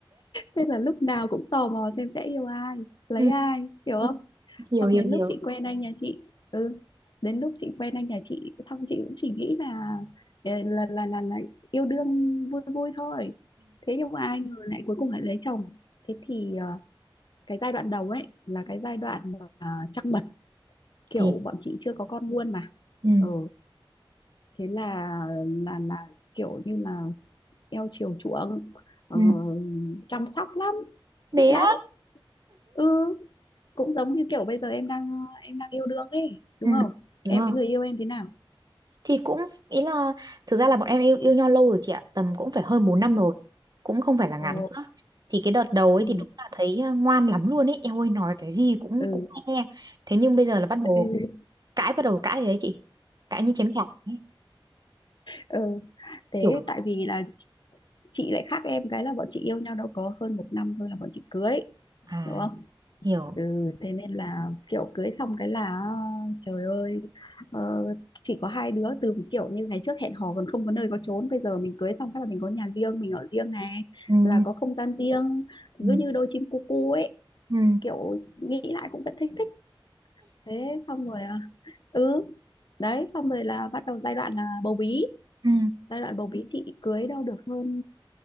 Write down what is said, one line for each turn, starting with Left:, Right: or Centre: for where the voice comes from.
Left: Thế là lúc nào cũng tò mò xem sẽ yêu ai, lấy
Right: ừ
Left: ai, hiểu
Right: ừ,
Left: không?
Right: hiểu
Left: Xong
Right: hiểu
Left: đến
Right: hiểu
Left: lúc chị quen anh nhà chị, ừ, đến lúc chị quen anh nhà chị, xong chị cũng chỉ nghĩ là là là là, là, là yêu đương vui vui thôi. Thế nhưng mà ai ngờ lại cuối cùng lại lấy chồng. Thế thì ờ, cái giai đoạn đầu ấy là cái giai đoạn mà trăng mật, kiểu
Right: Thế
Left: bọn chị chưa có con luôn mà.
Right: ừ
Left: Ừ, thế là là là kiểu như là eo chiều chuộng, ờ,
Right: ừ
Left: chăm sóc lắm,
Right: bé
Left: thích lắm
Right: á.
Left: ừ cũng giống như kiểu bây giờ em đang em đang yêu đương ấy đúng
Right: ừ
Left: không em
Right: đúng rồi
Left: với người yêu em thế nào
Right: thì cũng ý là thực ra là bọn em yêu yêu nhau lâu rồi chị ạ tầm cũng phải hơn 4 năm
Left: Ừ.
Right: rồi cũng không phải là
Left: ồ
Right: ngắn nữa thì cái đợt đầu ấy
Left: ừ.
Right: thì đúng là thấy ờ, ngoan lắm luôn ấy em ơi nói cái gì cũng
Left: Ừ.
Right: cũng nghe thế nhưng bây giờ là bắt đầu
Left: Ừ.
Right: cãi bắt đầu cãi rồi đấy chị cãi như chém chảy ấy
Left: ừ thế
Right: kiểu
Left: tại vì là chị lại khác em cái là bọn chị yêu nhau đâu có hơn một năm thôi là bọn chị cưới
Right: à
Left: đúng không
Right: hiểu
Left: ừ thế nên là kiểu cưới xong cái là trời ơi ờ, chỉ có hai đứa từ một kiểu như ngày trước hẹn hò còn không có nơi có chốn bây giờ mình cưới xong phát là mình có nhà riêng mình ở riêng này
Right: ừ
Left: là có không gian riêng cứ
Right: ừ
Left: như đôi chim cu cu ấy
Right: ừ
Left: kiểu nghĩ lại cũng vẫn thấy thích thế xong rồi à, ừ đấy xong rồi là bắt đầu giai đoạn là bầu bí
Right: ừ
Left: giai đoạn bầu bí chị cưới đâu được hơn